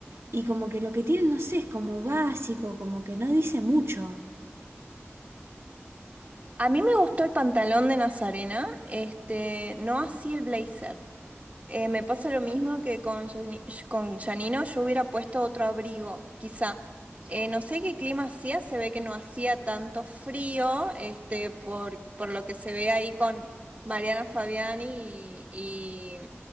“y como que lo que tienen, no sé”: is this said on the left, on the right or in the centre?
Right